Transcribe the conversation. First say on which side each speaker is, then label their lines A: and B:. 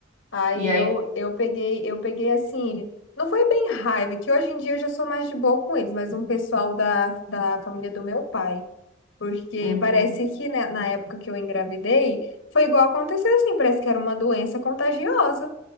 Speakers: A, on the left; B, on the right.
A: Aí
B: E
A: eu,
B: aí
A: eu peguei, eu peguei assim, não foi bem raiva, que hoje em dia eu já sou mais de boa com eles, mas um pessoal da, da família do meu pai. Porque
B: Uhum.
A: parece que né, na época que eu engravidei, foi igual aconteceu assim, parece que era uma doença contagiosa.